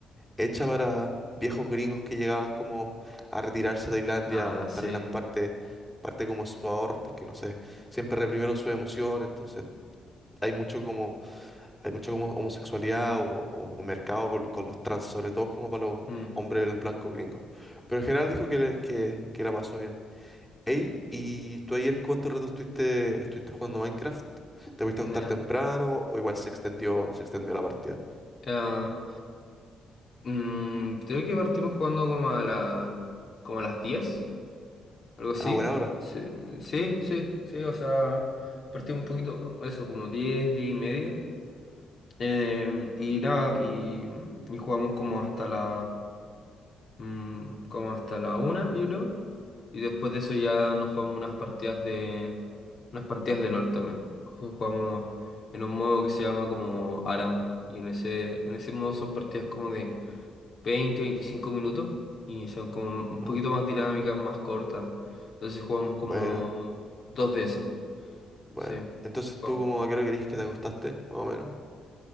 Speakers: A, in the centre; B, on the left (about 50°).
A: hecha para viejos gringos que llegaban como a retirarse de Tailandia
B: Ah,
A: o a estar
B: sí.
A: gran parte, parte como sus ahorros, porque no sé, siempre reprimieron su emoción, entonces hay mucho como, hay mucho como homosexualidad o, o- o mercado con, con los trans, sobre todo como para los
B: Mm,
A: hombres blancos gringos. Pero en general dijo que, le- que, que la pasó bien. Ey, ¿y tú ayer cuánto rato estuviste, estuviste jugando Minecraft? ¿Te fuiste
B: nah.
A: a acostar temprano o igual se extendió, se extendió la partida?
B: Ah, mm, creo que partimos jugando como a la, como a las diez Algo así.
A: Ah, buena hora.
B: Sí, sí, sí, sí, o sea, partí un poquito, eso, como 10 10 y media. Em, y nada, y, y jugamos como hasta la, mm, como hasta la una, yo creo. Y después de eso ya nos jugamos unas partidas de, unas partidas de LOL también. Ju- Jugamos en un modo que se llama como ARAM. Y en ese, en ese modo son partidas como de 20, 25 minutos y son como un
A: Ah,
B: poquito más dinámicas, más cortas. Entonces jugamos como
A: buena.
B: dos de esas,
A: Bueno,
B: sí.
A: entonces
B: Jugamos.
A: tú como a qué hora querís que te acostaste, más o menos.